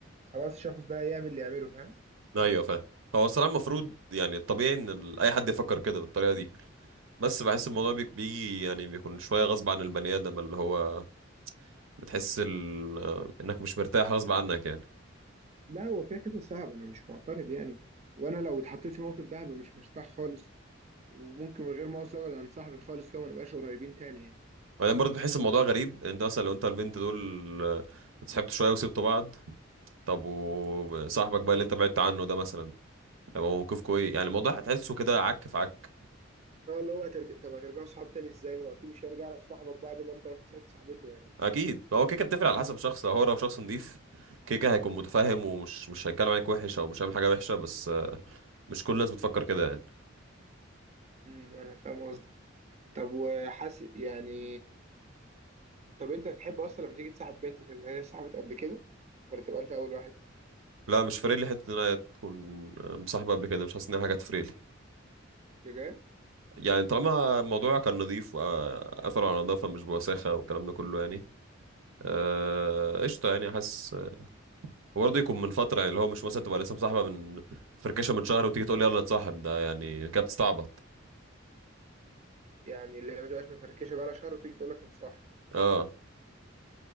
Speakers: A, on the right; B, on the right.
A: خلاص الشخص ده يعمل اللي يعمله فاهم
B: ايوه فاهم هو الصراحه المفروض يعني الطبيعي ان ال- اي حد يفكر كده بالطريقه دي بس بحس الموضوع بيك- بيجي يعني بيكون شويه غصب عن البني ادم اللي هو بتحس ال... آه، انك مش مرتاح غصب عنك يعني
A: لا هو كده كده صعب انا مش معترض يعني وانا لو اتحطيت في موقف ده هبقى مش مرتاح خالص وممكن من غير مؤاخذه ابعد عن صاحبي خالص لو ما نبقاش قريبين تاني يعني
B: وبعدين برضه بحس الموضوع غريب انت مثلا لو انت البنت دول آه، اتصاحبتوا شويه وسبتوا بعض طب وصاحبك بقى اللي انت بعدت عنه ده مثلا هيبقى موقفكوا ايه يعني الموضوع هتحسه كده عك في عك
A: هو اللي هو هترج... طب هترجعوا صحاب تاني ازاي ما هو اكيد مش هيرجع لك صاحبك بعد ما انت رحت صاحبت صاحبته يعني
B: اكيد هو كيكه بتفرق على حسب الشخص هو لو شخص نضيف كيكه هيكون متفاهم ومش مش هيتكلم عليك وحش او مش هيعمل حاجه وحشه بس مش كل الناس بتفكر كده يعني
A: امم انا فاهم قصدك طب وحاسس يعني طب انت هتحب اصلا لما تيجي تصاحب بنت تبقى هي صاحبت قبل كده ولا تبقى انت اول واحد
B: لا مش فارق لي حته ان انا تكون مصاحبه قبل كده مش حاسس ان هي حاجه تفرق لي
A: بجد
B: يعني طالما الموضوع كان نظيف واثر على نظافه مش بوساخه والكلام ده كله يعني آه، قشطه يعني حاسس وبرضه يكون من فتره يعني اللي هو مش مثلا تبقى لسه مصاحبه من فركشه من شهر وتيجي تقول لي يلا نتصاحب ده يعني كده بتستعبط
A: يعني اللي هي ما تبقاش مفركشه بقى لها شهر وتيجي تقول لك نتصاحب
B: اه